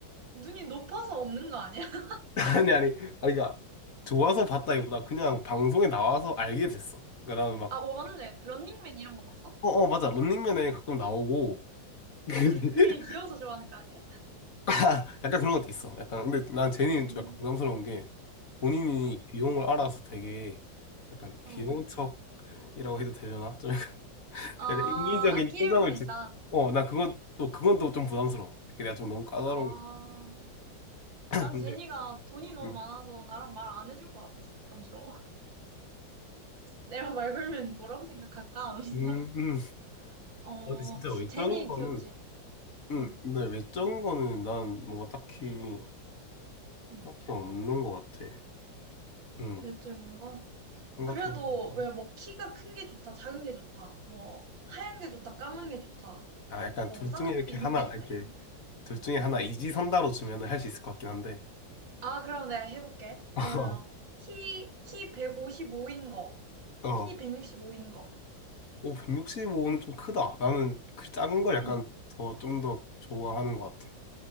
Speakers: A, on the right; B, on the left.
A: 눈이 높아서 없는 거 아니야? <laughs>
B: 아니 아니 아니 그러니까 좋아서 봤다기보다 그냥 방송에 나와서 알게 됐어. 그러니까 나는 막
A: 아, 어, 맞네. 런닝맨 이런 거 봤어?
B: 어 어 맞아 런닝맨에 가끔 나오고 <laughs>
A: 그게 귀여워서 좋아하는 거 아니야?
B: 아, 약간 그런 것도 있어. 약간 근데 난 제니는
A: 음,
B: 좀 약간 부담스러운 게 본인이
A: 어,
B: 귀여움을 알아서 되게 약간
A: 어.
B: 귀여운 척이라고 해도 되려나? 좀 <laughs>
A: 아,
B: 약간 인위적인
A: 아기를
B: 표정을
A: 부린다.
B: 짓. 어나 그건 또 그건 또 좀 부담스러워. 이게 내가 좀 너무 까다로운
A: 아,
B: 데
A: 난 제니가
B: <laughs>
A: 돈이 너무 많아서 나랑 말 안 해줄 것 같아서 부담스러워. 내가 말 걸면 뭐라고 생각할까? <laughs>
B: 음, 음.
A: 어,
B: 근데 진짜 외적인
A: 제니
B: 거는,
A: 귀엽지?
B: 음,
A: 응,
B: 근데 외적인 거는 난 뭔가 딱히,
A: 응.
B: 딱히 없는 것 같아. 음,
A: 외적인 거?
B: 생각해보니까.
A: 그래도 왜 뭐 키가 큰 게 좋다, 작은 게 좋다, 뭐 하얀 게 좋다, 까만 게 좋다,
B: 아, 약간
A: 뭐
B: 둘
A: 쌍꺼풀
B: 중에 이렇게
A: 있는
B: 하나,
A: 게 좋다
B: 이렇게,
A: 이런 거.
B: 둘 중에 하나
A: 응.
B: 이지선다로 주면은 할 수 있을 것 같긴 한데.
A: 아, 그럼 내가 해볼게.
B: <laughs>
A: 그러면 키, 키 155인 거,
B: 어,
A: 키 165인 거.
B: 오, 165는 좀 크다. 나는 그 작은 걸 약간
A: 응.
B: 더, 좀 더 좋아하는 것 같아.